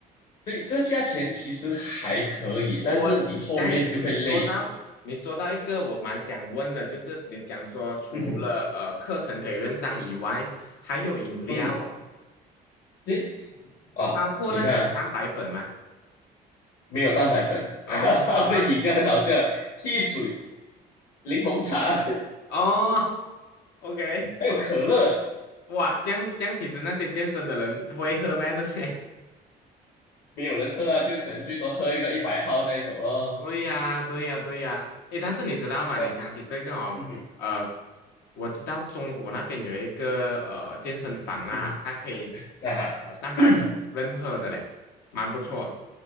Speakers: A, on the left; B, on the left.
A: 对，这价钱其实还可以，
B: 我我刚才你你说到你说到一个我蛮想问的，
A: 但是你后面就会累。
B: 就是你讲说除了呃课程可以认上以外，
A: 嗯哼，
B: 还有饮料啊。
A: 嗯哼，对哦，
B: 包过那种蛋白粉吗？
A: 你看没有蛋白粉，<laughs> 它的饮料很好笑，
B: 哦，那
A: 汽水、柠檬茶。
B: 哦，OK，
A: 还有可乐，
B: 哇，这样这样，其实那些健身的人会喝吗？这些
A: 没有人喝啦，就可能最多喝一个一百号那一种咯。
B: 对呀，对呀，对呀。诶，但是你知道吗？
A: 但
B: 你讲起这个哦，
A: 嗯
B: 呃，我知道中国那边有一个呃健身房啦，
A: <clears throat> 嗯，
B: 它可以
A: 啊哈，
B: 呃蛋白粉任喝的嘞，
A: <coughs>
B: 蛮不错。